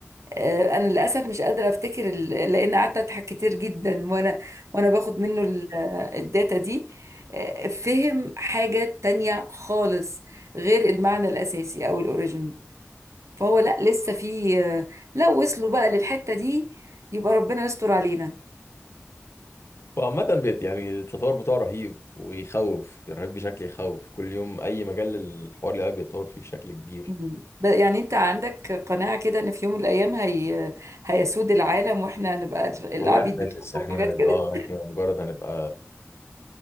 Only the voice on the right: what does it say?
آه، أنا للأسف مش قادرة أفتكر ال- لأن قعدت أضحك كتير جدا وأنا وأنا باخد منه ال- آه، الداتا دي آه، فهم حاجة تانية خالص غير المعنى الأساسي أو الأوريجينال فهو لا لسه في آه، لو وصلوا بقى للحتة دي يبقى ربنا يستر علينا
مم. ب- يعني انت عندك قناعة كده ان في يوم من الايام هي هيسود العالم واحنا هنبقى العبيد
بتوعه
وحاجات
كده